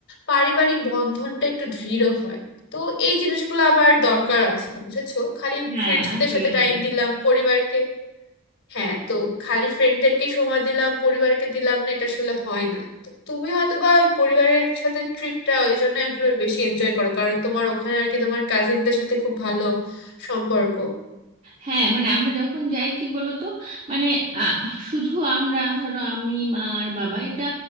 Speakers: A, on the left; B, on the right.
A: পারিবারিক বন্ধনটা একটু দৃঢ় হয় তো এই জিনিসগুলো আবার দরকার আছে বুঝেছো খালি
B: হ্যাঁ
A: ফ্রেন্ডসদের
B: আসলে
A: সাথে টাইম
B: তাই।
A: দিলাম পরিবারকে হ্যাঁ তো খালি ফ্রেন্ডদেরকে সময় দিলাম পরিবারকে দিলাম না এটা আসলে হয় না তো তুমি হয়তো বা ওই পরিবারের সাথে ট্রিপটা ওই জন্য আসলে বেশি এনজয় করো কারণ তোমার ওখানে আর কি তোমার কাজিনদের সাথে খুব ভালো সম্পর্ক
B: হ্যাঁ মানে আমরা যখন যাই কি বলতো মানে আহ, শুধু আমরা ধরো আমি মা আর বাবা এটা